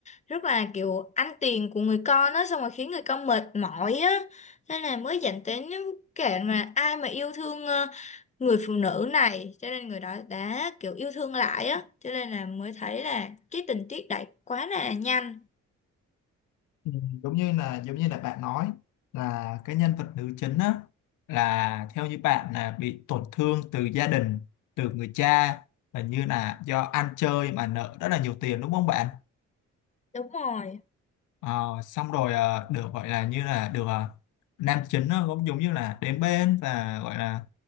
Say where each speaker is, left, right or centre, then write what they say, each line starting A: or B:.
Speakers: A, on the left; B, on the left.
A: rất là kiểu ăn tiền của người con á xong rồi khiến người con mệt mỏi á nên là mới dẫn đến những kẻ mà ai mà yêu thương ờ, người phụ nữ này cho nên người đó đã kiểu yêu thương lại á cho nên là mới thấy là cái tình tiết đẩy quá là nhanh
B: Ừ, giống như là giống như là bạn nói là cái nhân vật nữ chính á là theo như bạn là bị tổn thương từ gia đình từ người cha và như là do ăn chơi mà nợ rất là nhiều tiền đúng không bạn
A: đúng rồi
B: Ờ, xong rồi ờ, được gọi là như là được ờ, nam chính nó cũng giống như là đến bên và gọi là